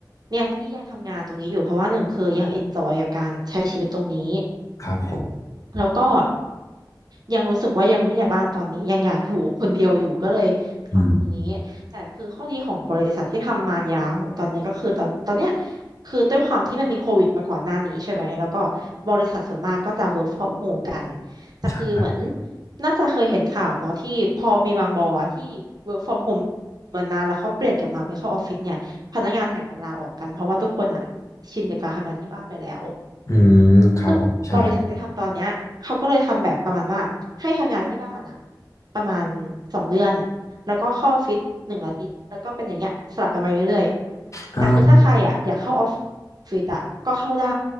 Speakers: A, on the right; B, on the left.
A: เนี่ยที่ยังทำงานตรงนี้อยู่เพราะว่าหนึ่งคือยังเอนจอยกับการใช้ชีวิตตรงนี้
B: ครับผม
A: แล้วก็ ยังรู้สึกว่ายังไม่อยากบ้านตอนนี้ยังอยากอยู่คนเดียวอยู่ก็เลยทำตรงนี้แต่คือข้อดีของบริษัทที่ทำมายาวตอนนี้ก็คือตอนตอนเนี้ย
B: อืม
A: คือด้วยความที่มันมีโควิดมาก่อนหน้านี้ใช่ไหมแล้วก็บริษัทส่วนมากก็จะ work from home กันแต่คือเหมือน
B: ใช่
A: น่าจะเคยเห็นข่าวเนาะที่พอมีบางบอที่ work from home มานานแล้วเขาเปลี่ยนกลับมาเป็นเข้าออฟฟิศเนี่ยพนักงานแห่กันลาออกกันเพราะว่าทุกคนอ่ะชินกับการทำงานที่บ้านไปแล้ว
B: อืมครับผมใช่
A: ซึ่งบริษัทที่ทำตอนเนี้ยเขาก็เลยทำแบบประมาณว่าให้ทำงานที่บ้านอะประมาณสองเดือนแล้วก็เข้าออฟฟิศหนึ่งอาทิตย์แล้วก็เป็นอย่างเงี้ยสลับกันไปเรื่อยๆแต่คือถ้าใครอะอยากเข้าออฟ
B: อ่า
A: ฟิศอะก็เข้าได้